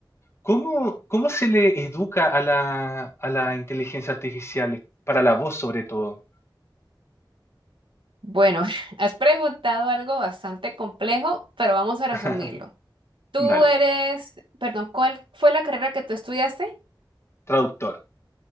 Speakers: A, on the left; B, on the right.
A: ¿Cómo, cómo se le educa a la, a la inteligencia artificial para la voz sobre todo?
B: Bueno, <laughs> has preguntado algo bastante complejo, pero vamos a resumirlo.
A: <laughs>
B: Tú
A: Dale,
B: eres, perdón, ¿cuál fue la carrera que tú estudiaste?
A: traductor.